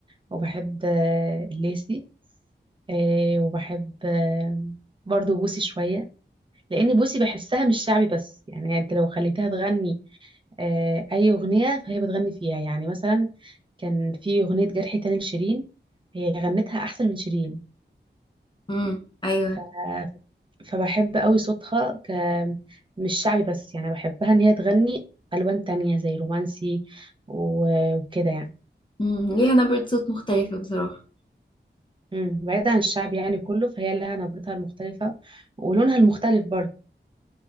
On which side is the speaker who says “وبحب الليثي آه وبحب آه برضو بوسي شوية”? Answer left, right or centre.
Right